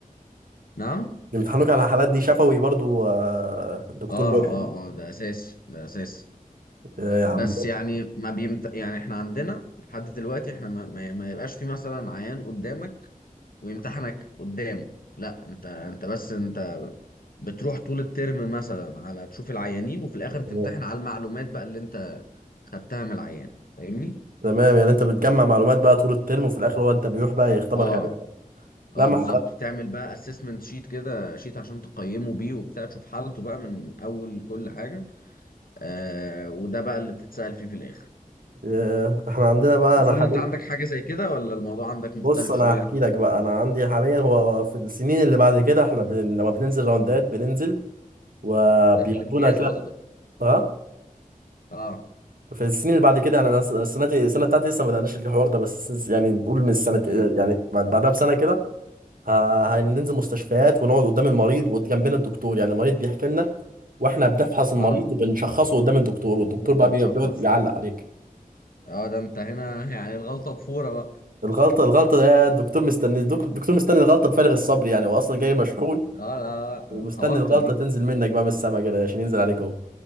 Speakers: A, on the left (about 80°); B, on the right (about 70°).
A: نعم
B: امتحانوك على الحالات دي شفوي برضه آه، دكتور
A: اه
B: بيتكلم
A: اه اه ده اساسي ده اساسي
B: يا يا عم
A: بس يعني ما بيمت... يعني احنا عندنا لحد دلوقتي احنا ما, ما... ما يبقاش في مثلا عيان قدامك ويمتحنك قدامه لا انت انت بس انت بتروح طول الترم مثلا على تشوف العيانين وفي الاخر تمتحن
B: تمام
A: على المعلومات بقى اللي انت خدتها من العيان فاهمني
B: تمام، يعني انت بتجمع معلومات بقى طول الترم وفي الاخر هو انت بيروح بقى يختبرك
A: اه
B: عليها لا
A: اه
B: ما
A: بالظبط بتعمل بقى اسسمنت شيت كده شيت عشان تقيمه بيه وبتاع تشوف حالته بقى من اول كل حاجة آه وده بقى اللي بتتسأل فيه في الاخر
B: ياه، احنا عندنا بقى
A: اظن
B: انا حاليا
A: انت عندك حاجة زي كده ولا الموضوع عندك
B: بص
A: مختلف
B: انا
A: شوية
B: هحكي لك بقى انا عندي حاليا هو في السنين اللي بعد كده احنا بن... لما بننزل راوندات بننزل وبياخدونا
A: ده في الامتياز
B: كده
A: قصدك
B: اه
A: اه
B: في السنين اللي بعد كده انا أنا س- سنتي السنه بتاعتي لسه ما بدأناش الحوار ده بس س- يعني نقول من السنه
A: ايوه
B: يعني بعد بعدها بسنه كده ه- هننزل مستشفيات ونقعد قدام المريض وجنبنا الدكتور يعني المريض بيحكي لنا واحنا بنفحص المريض
A: اه
B: وبنشخصه قدام الدكتور والدكتور
A: وانت
B: بقى
A: بتشخص
B: بي- بيقعد يعلق عليك
A: اه ده انت هنا <laughs> يعني الغلطه بفوره بقى
B: الغلطة الغلطة ده الدكتور مستني الدك- الدكتور مستني الغلطة بفارغ الصبر يعني هو أصلا جاي مشحون
A: اه لا لا
B: ومستني
A: لا، توتر
B: الغلطة
A: دي
B: تنزل منك بقى من السما كده عشان ينزل عليك أهو